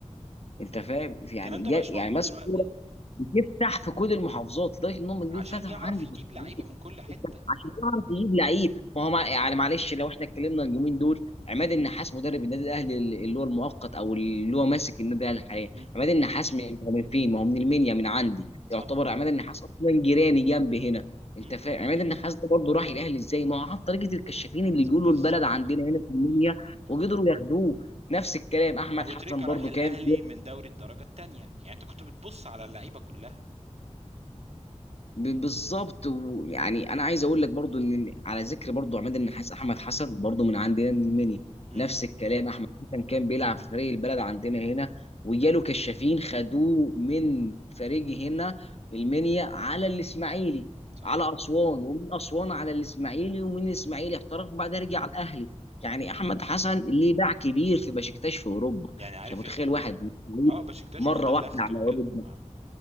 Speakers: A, on the left; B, on the right.
A: انت فاهم يعني
B: الكلام ده
A: جا
B: بقاش
A: يعني
B: موجود
A: ماسك
B: دلوقتي
A: كوره بتفتح في كل المحافظات لدرجه ان هم
B: عشان
A: جم فتحوا
B: يعرف
A: عندي
B: يجيب
A: في
B: لعيبة
A: الصعيد
B: من كل حتة
A: عشان يعرف يجيب لعيب ما هو مع... يعني معلش لو احنا اتكلمنا اليومين دول عماد النحاس مدرب النادي الاهلي اللي هو المؤقت او اللي هو ماسك النادي الاهلي حاليا
B: مم.
A: عماد النحاس من هو من فين ما هو من المنيا من عندي
B: صح
A: يعتبر عماد النحاس اصلا جيراني جنبي هنا انت
B: مم.
A: فاهم عماد النحاس ده برضه راح الاهلي ازاي ما هو عن طريقه الكشافين اللي يجوا له
B: بالظبط
A: البلد عندنا هنا في المنيا
B: بالظبط
A: وقدروا ياخدوه نفس
B: بالظبط.
A: الكلام احمد
B: ابو
A: حسن
B: تريكة
A: برضه
B: راح الاهلي
A: كان
B: من دوري الدرجه الثانيه يعني انت كنت بتبص على اللعيبه كلها
A: ب- بالظبط ويعني انا عايز اقول لك برضو ان على ذكر برضو عماد النحاس احمد حسن برضو من عندنا من المنيا
B: مم.
A: نفس الكلام احمد حسن كان بيلعب في فريق البلد عندنا هنا وجاله كشافين خدوه من فريق هنا المنيا على الاسماعيلي
B: صح صح
A: على اسوان ومن اسوان على الاسماعيلي ومن الاسماعيلي احترف
B: مم.
A: وبعدها رجع على الاهلي يعني احمد
B: اه
A: حسن ليه باع كبير في بشكتاش في اوروبا
B: يعني عارف
A: انت متخيل
B: يا صديقي
A: واحد
B: اه بشكتاش
A: مره
B: واندلخت
A: واحده على
B: وكده
A: اوروبا
B: اه